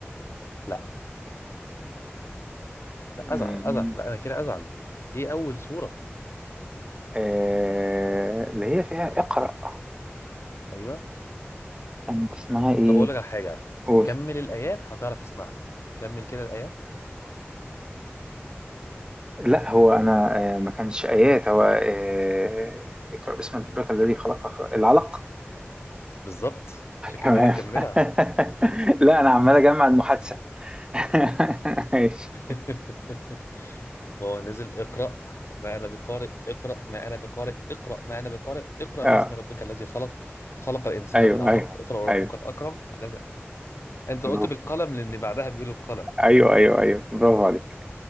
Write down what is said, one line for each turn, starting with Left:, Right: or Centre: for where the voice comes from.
Left: لا
Right: مم.
Left: لا ازعل ازعل لا انا كده ازعل ايه اول سورة
Right: آه، اللي هي فيها اقرأ
Left: ايوه
Right: كانت اسمها إيه؟
Left: طب اقول لك على حاجة
Right: قول
Left: كمل الايات هتعرف اسمها كمل كده الايات
Right: لا هو انا آه، ما كانش ايات هو آه، اقرا باسم ربك الذي خلق خلق- العلق
Left: بالظبط عشان كده
Right: تمام
Left: بقول لك كملها
Right: <laughs> لا انا عمال اجمع المحادثه <laughs> ماشي
Left: <laughs> هو نزل اقرأ ما انا بقارئ اقرأ ما انا بقارئ اقرأ ما انا بقارئ اقرأ
Right: اه
Left: باسم ربك الذي خلق خلق الانسان
Right: ايوه
Left: من علق
Right: ايوه
Left: اقرأ وربك
Right: ايوه
Left: الاكرم الذي انت قلت
Right: برافو.
Left: بالقلم لان بعدها بيقول القلم
Right: ايوه ايوه ايوه برافو عليك